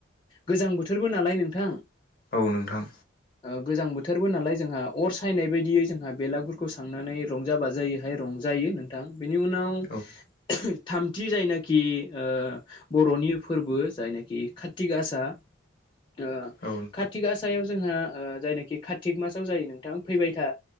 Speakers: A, on the left; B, on the left.
A: गोजां बोथोरबो नालाय नोंथां
B: औ नोंथां
A: ओ गोजां बोथोरबो नालाय जोंहा अर सायनाय बायदियै जोंहा बेलागुरखौ सावनानै रंजा बाजायैहाय रंजायो नोंथां। बेनि उनाव
B: औ
A: <inaudible> थामथि जायनाखि ओ बर'नि फोरबो जायनाखि कातिगासा ओ
B: औ नोंथां
A: काति गासायाव जोंहा जायनाखि कातिक मासाव जायो नों थां फैबाय था